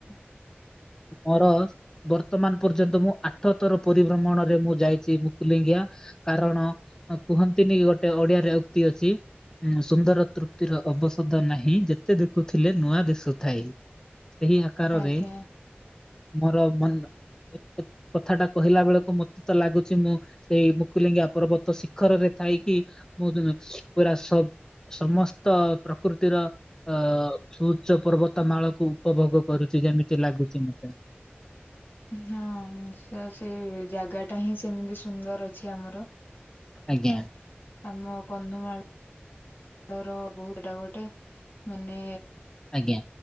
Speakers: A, on the left; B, on the left.
A: <inaudible>
B: ମୋର ବର୍ତ୍ତମାନ ପର୍ଯ୍ୟନ୍ତ ମୁଁ ଆଠଥର ପରିଭ୍ରମଣରେ ମୁଁ ଯାଇଛି ମୁକୁଲିଙ୍ଗିଆ। କାରଣ ଆଉ କୁହନ୍ତି ନି ଗୋଟେ ଓଡିଆରେ ଉକ୍ତି ଅଛି। ଉଁ ସୁନ୍ଦର ତୃପ୍ତିର ଅବସଦ ନାହିଁ ଯେତେ ଦେଖୁଥିଲେ ନୂଆ ଦିଶୁଥାଇ। ଏହି ଆକାରରେ
A: ଆଜ୍ଞା
B: ମୋର ମନ ଏ କଥାଟା କହିଲା ବେଳକୁ ମତେ ତ ଲାଗୁଛି, ମୁଁ ସେଇ ମୁକୁଲିଙ୍ଗିଆ ପର୍ବତ ତ ଶିଖରରେ ଥାଇକି ମୁଁ ପୁରା ସବ୍ ସମସ୍ତ ପ୍ରକୃତିର ଅ ଉଚ୍ଚ ପର୍ବତ ମାଳକୁ ଉପଭୋଗ କରୁଛି ଯେମିତି ଲାଗୁଛି ମତେ।
A: ହଁ ନିଶ୍ଚୟ। ସେ ଜାଗାଟା ହିଁ ସେମିତି ସୁନ୍ଦର ଅଛି ଆମର।
B: ଆଜ୍ଞା।
A: ଆମ କନ୍ଦମାଳ ର ବହୁତଟା ଗୋଟେ ମାନେ
B: ଆଜ୍ଞା